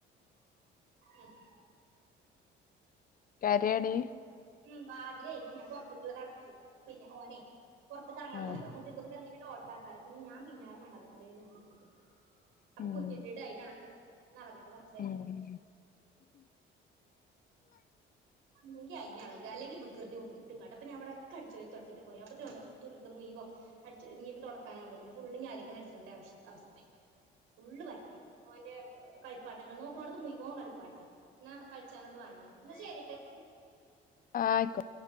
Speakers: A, on the right; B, on the left.
A: ഉം
B: കരിയടീ
A: ഉം ഉം വാതിലേ ഞാൻ പുറത്തേക്കുള്ളത് അടച്ചു പിന്നെ ഓനെയ് പൊർത്ത്ക്ക് എർങ്ങാൻ
B: ആഹ്
A: നോക്ക മുറ്റത്ത് കൂടറങ്ങി ഓട്ടാക്കാരം പിന്നെ ഞാൻ പിന്നാല മണ്ടാൻ നിക്കണ്ടിരും ഈ നട്ടുച്ചക്ക് അപ്പൊ
B: ഉം
A: കുറ്റിട്ടിട്ട് അയ്നെൾകാണ് ഒന്നളകട്ടെ കൊർച്ചേരം
B: ഉം
A: ങ്കി അയ്ന് എള്ക അല്ലെങ്കി വികൃതി മുപ്പത്തെട്ടും കാട്ട പ്പ ഞാൻവിടെക്കെ അട്ച്ച് വാരി തൊട്ച്ചിട്ട് പോയ അപ്പത്തിന് ഓൻ കണ്ട തുര്ത് മുഴുവൻ അട്ച്ചു ഞ്ഞി പ്പ തുടക്കാനാകുമ്പോത്തന് ഫുള്ള് ഞ്ഞി ആദിക്കന്ന് അട് ച്ച് വാരന്റെ അവഷ് അവസ്ഥേ ഫുള്ള് പെരത്തി ഓൻന്റെ കളിപ്പാട്ടങ്ങൾ നോക്ക്ണോട്ത്ത് മുൻുവോൻ കളിപ്പാട്ടാ ന്നാ കള്ച്ചാനോട്ട് വേണ്ടേനും ന്നാ ശരിട്ട
B: ആ അയ്ക്കോട്